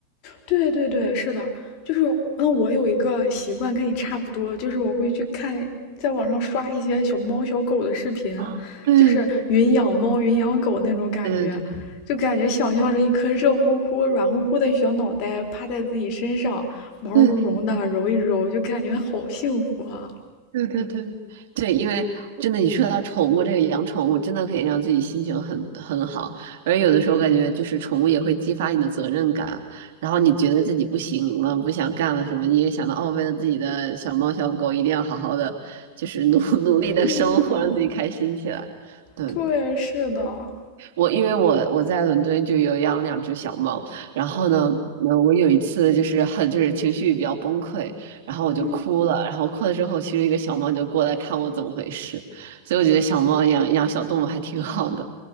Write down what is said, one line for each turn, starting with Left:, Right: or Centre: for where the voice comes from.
Left: 对对对，是的，就是那我有一个习惯跟你差不多，就是我会去看，在网上刷一些小猫小狗的视频，
Right: 啊，对
Left: 就是云养猫、云养狗那种感觉，
Right: 对对对。
Left: 就感觉想象着一颗热乎乎、软乎乎的小脑袋趴在自己身上，毛茸茸的揉一揉，
Right: 对，
Left: 就感觉好幸福啊！
Right: 对对对对，因为真的，你说到宠物这个养宠物，真的可以让自己心情很很好。而有的时候感觉就是宠物也会激发你的责任感，然后你觉得自己不行了、不想干了什么，你也想到哦，为了自己的小猫小狗，一定要好好的，就是努 <laughs> 努力的生活，
Left: 嗯，
Right: 让自己开心起来。对，
Left: 对，是的，
Right: 我因为我我在伦敦就有养两只小猫，然后呢，呃，我有一次就是很就是情绪比较崩溃，然后我就哭了，
Left: 嗯，
Right: 然后哭了之后，其中一个小猫就过来看我怎么回事，所以我觉得小猫养养小动物还挺好的